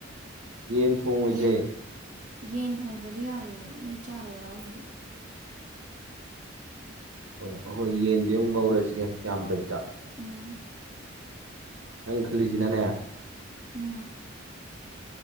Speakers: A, on the right; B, on the right.
A: ꯌꯦꯟ ꯊꯣꯡꯉꯣꯏꯁꯦ
B: ꯌꯦꯟ ꯌꯦꯟ ꯊꯣꯡꯗ꯭ꯔꯗꯤ ꯌꯥꯔꯨꯌꯦ ꯃꯤ ꯆꯥꯗꯕ ꯌꯥꯎꯔꯝꯃꯗꯤ
A: ꯍꯣꯏ ꯑꯩꯈꯣꯏ ꯌꯦꯟꯗꯤ ꯑꯃꯨꯛ ꯉꯧꯔꯁꯤꯒꯦ ꯌꯥꯝꯗꯕꯤꯗ
B: ꯎꯝ
A: ꯅꯪ ꯈꯔꯂꯤꯖꯤꯅꯅꯦ
B: ꯎꯝ